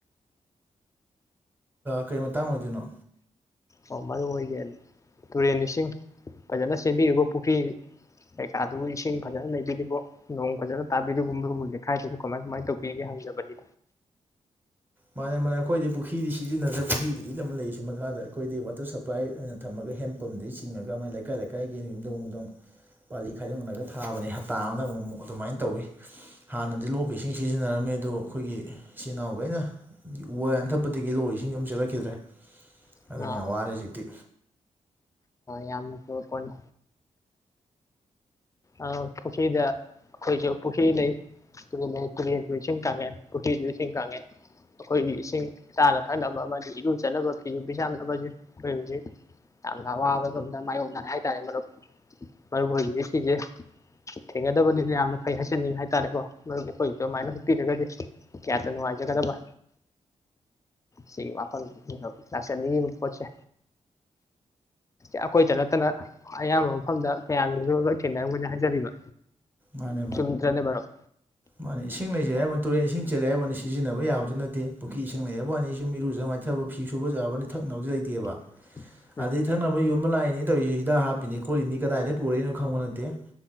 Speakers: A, on the right; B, on the left.
A: ꯀꯩ ꯃꯇꯥꯡ ꯑꯣꯏꯗꯣꯏꯅꯣ
B: ꯑꯣ ꯃꯔꯨꯞ ꯍꯣꯏꯒꯤ ꯇꯨꯔꯦꯟ ꯏꯁꯤꯡ ꯐꯖꯅ ꯆꯦꯟꯕꯤꯔꯤꯕꯣ ꯄꯨꯈ꯭ꯔꯤ ꯀꯩꯀꯥꯗꯨꯕꯨ ꯏꯁꯤꯡ ꯐꯖꯅ ꯂꯩꯕꯤꯔꯤꯕꯣ ꯅꯣꯡ ꯐꯖꯅ ꯇꯥꯕꯤꯔꯤꯕꯣ ꯃꯔꯨꯞ ꯍꯣꯏ ꯂꯩꯀꯥꯏ ꯗꯨꯕꯨ ꯀꯃꯥꯏ ꯀꯃꯥꯏ ꯇꯧꯕꯤꯔꯤꯒꯦ ꯍꯪꯖꯕꯅꯤ
A: ꯃꯥꯅꯦ ꯃꯥꯅꯦ ꯑꯩꯈꯣꯏꯗꯤ ꯄꯨꯈ꯭ꯔꯤꯗꯤ ꯁꯤꯖꯤꯟꯅꯗ꯭ꯔꯕ ꯄꯨꯈ꯭ꯔꯤꯕꯨꯗꯤ ꯑꯗꯨꯝ ꯂꯩꯔꯤꯁꯤ ꯃꯈꯥꯗ ꯑꯩꯈꯣꯏꯗꯤ ꯋꯥꯇꯔ ꯁꯄ꯭ꯂꯥꯏ ꯑꯣꯏꯅ ꯊꯝꯃꯒ ꯍꯦꯟ ꯄꯝꯗꯒꯤ ꯆꯤꯡꯉꯒ ꯃꯥ ꯂꯩꯀꯥꯏ ꯂꯩꯀꯥꯏꯒꯤ ꯌꯨꯝꯊꯣꯡ ꯌꯨꯝꯗꯣꯡ ꯄꯥꯂꯤ ꯈꯥꯏꯗꯣꯛꯅꯔꯒ ꯊꯥꯕꯅꯤ ꯍꯞꯇꯥ ꯑꯃꯗ ꯑꯃꯨꯛ ꯃꯨꯛ ꯑꯗꯨꯃꯥꯏꯅ ꯇꯧꯋꯤ ꯍꯥꯟꯅꯗꯤ ꯂꯣꯛꯀꯤ ꯏꯁꯤꯡ ꯁꯤꯖꯤꯟꯅꯔꯝꯃꯦ ꯑꯗꯣ ꯑꯩꯈꯣꯏꯒꯤ ꯏꯆꯤꯜ ꯏꯅꯥꯎ‌ꯒꯩꯅ ꯎ ꯋꯥ ꯌꯥꯟꯊꯠꯄꯗꯒꯤ ꯂꯣꯛ ꯏꯁꯤꯡꯒ ꯑꯃ ꯆꯦꯜꯂꯛꯈꯤꯗ꯭ꯔꯦ
B: ꯑꯥ
A: ꯑꯗꯨꯅꯤ ꯋꯥꯔꯦ ꯍꯧꯖꯤꯛꯇꯤ
B: ꯌꯥꯝꯅ‌‌‌‌ꯐꯕ‌‌‌ꯄꯣꯠꯅꯤ ꯑ ꯄꯨꯈ꯭ꯔꯤꯗ ꯑꯩꯈꯣꯏꯁꯨ ꯄꯨꯈ꯭ꯔꯤ ꯂꯩ ꯇꯨꯔꯦꯜ ꯁꯨ ꯏꯁꯤꯡ ꯀꯥꯪꯉꯦ ꯄꯨꯈꯔ꯭ꯤ ꯁꯨ ꯏꯁꯤꯡ ꯀꯥꯪꯉꯦ ꯑꯩꯈꯣꯏꯒꯤ ꯏꯁꯤꯡ ꯆꯥꯅ ꯊꯛꯅꯕ ꯑꯃꯗꯤ ꯏꯔꯨ ꯖꯅꯕ ꯐꯤꯁꯨ ꯐꯤ ꯖꯥꯝꯅꯕ ꯑꯩꯈꯣꯏ ꯍꯧꯖꯤꯛ ꯌꯥꯝꯅ ꯑꯋꯥꯕꯗꯣ ꯃꯥꯏꯌꯣꯛꯅꯔꯦ ꯍꯥꯏꯇꯥꯔꯦ ꯃꯔꯨꯞ ꯃꯔꯨꯞ ꯍꯣꯏꯒꯤꯗꯤ ꯁꯤꯁꯦ ꯊꯦꯡꯒꯗꯕꯅꯤꯅ ꯌꯥꯝꯅ ꯐꯩ ꯍꯥꯏꯖꯅꯤꯡꯉꯤ ꯍꯥꯏ ꯇꯥꯔꯦꯀꯣ ꯃꯔꯝꯗꯤ ꯑꯩꯈꯣꯏꯁꯨ ꯑꯗꯨꯃꯥꯏꯅ ꯍꯨꯠꯄꯤꯔꯒꯗꯤ ꯀꯌꯥꯗ ꯅꯨꯡꯉꯥꯏꯖꯒꯗꯕ ꯁꯤ ꯋꯥꯐꯝ ꯁꯦ ꯂꯥꯛꯆꯥꯅꯤꯡꯉꯤꯕ ꯄꯣꯠꯁꯦ ꯑꯩꯈꯣꯏꯗ ꯅꯠꯇꯅ ꯑꯌꯥꯝꯕ ꯃꯐꯝꯗ ꯃꯌꯥꯝꯒꯤꯁꯨ ꯂꯣꯏ ꯊꯦꯡꯅꯔꯝꯒꯅꯤ ꯍꯥꯏꯖꯔꯤꯕ
A: ꯃꯥꯅꯦ
B: ꯆꯨꯝꯗ꯭ꯔꯅꯦ ꯃꯔꯨꯞ
A: ꯃꯥꯅꯦ ꯏꯁꯤꯡ ꯂꯩꯖꯩ ꯍꯥꯏꯕꯅꯤ ꯇꯨꯔꯦꯟ ꯏꯁꯤꯡ ꯆꯦꯜꯂꯦ ꯍꯥꯏꯕꯅꯤ ꯁꯤꯖꯤꯟꯅꯕ ꯌꯥꯕꯗꯨ ꯅꯠꯇꯦ ꯄꯨꯈ꯭ꯔꯤ ꯏꯁꯤꯡ ꯂꯩ ꯍꯥꯏꯕ ꯋꯥꯅꯤ ꯐꯤ ꯁꯨꯕ ꯏꯔꯨꯖ ꯃꯥꯏꯊꯕ ꯐꯤ ꯁꯨꯕ ꯌꯥꯥꯕꯅꯤ ꯊꯛꯅꯕꯗꯤ ꯂꯩꯇꯦꯕ
B: <unintelligible>
A: ꯑꯗꯩ ꯊꯛꯅꯕ ꯌꯣꯟꯕ ꯂꯥꯛꯏꯅꯤ ꯇꯧꯔꯤꯁꯤ ꯁꯤꯗ ꯍꯤꯗꯥꯛ ꯍꯥꯞꯄꯤꯅꯤ ꯈꯣꯠꯂꯤꯅꯤ ꯀꯗꯥꯏꯗ ꯄꯨꯔꯛꯏꯅꯣ ꯈꯪꯕ ꯅꯠꯇꯦ